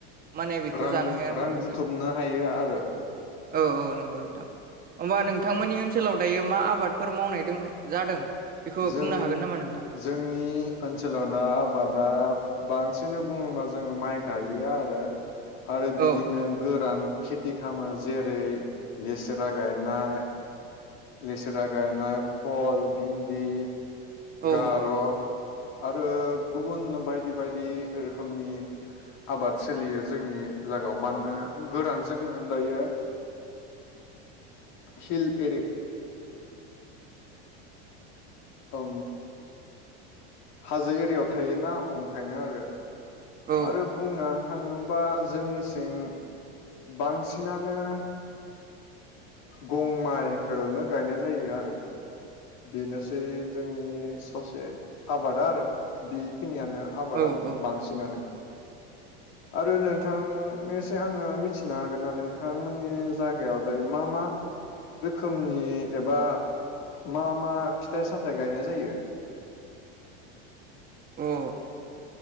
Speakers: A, on the right; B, on the left.
A: माने बेखौ
B: रां
A: जानो हाया आरोना
B: रां
A: बिदिनो
B: बुथुमनो हायो आरो
A: औ औ नंगौ नोंथां होमबा नोंथांमोननि ओनसोलाव दायो मा आबादफोर मावनाय दं जादों? बेखौ
B: जों
A: बुंनो हागोन नामा नोंथां
B: जोंनि ओनसोलाव दा आबादा बांसिन बुङोबा जोङो माइ गायो आरो आरो बिदिनो
A: औ
B: गोरान खेथि खालामो जेरै लेसरा गायनाय लेसेरा गायनाय भल, भिन्दि
A: औ
B: गार' आरो गुबुन बायदि बायदि रोखोमनि आबाद सोलियो जोंनि जागाव मानोना गोरान जों दायो हिल एरि औ हाजो एरियायाव थायोना अंखायनो आरो
A: औ
B: आरो बुंना थाङोबा जोंनिसिं बांसिनानो गं माइखोनो गायनाय जायो आरो बेनोसै जोंनि ससे आबादा आरो बिखिनियानो आबादा
A: औ अ
B: बांसिनानो आरो नोंथांनिसे आङो मिथिनो हागोन ना नोंथांमोननि जायागायाव दायो मा मा रोखोमनि एबा मा मा फिथाइ सामथाइ गायनाय जायो ।
A: अ ओ